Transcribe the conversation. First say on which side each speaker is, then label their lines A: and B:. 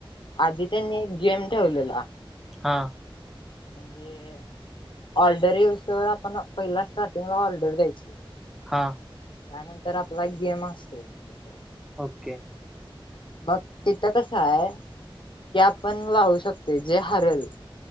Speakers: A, on the left; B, in the centre.
A: आधी त्यांनी एक गेम ठेवलेला
B: हा
A: म्हणजे ऑर्डर येऊस आपण पहिला स्टार्टिंगला ऑर्डर द्यायची
B: हां
A: त्यानंतर आपला गेम असते तित
B: ओके
A: मग तिथं कस आहे की आपण वाहू शकते जे हरल